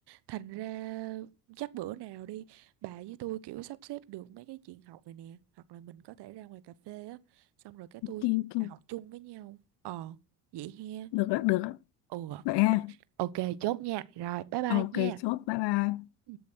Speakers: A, on the right; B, on the left.
A: thành ra chắc bữa nào đi bà với tôi kiểu sắp xếp được mấy cái chuyện học này nè hoặc là mình có thể ra ngoài cà phê á xong rồi cái tôi
B: Kỳ- kỳ.
A: bà học chung với nhau ờ vậy he
B: được ạ được ạ
A: ừ
B: vậy ha
A: ok chốt nha rồi bye bye
B: ok
A: nha
B: chốt bye bye
A: Ừ.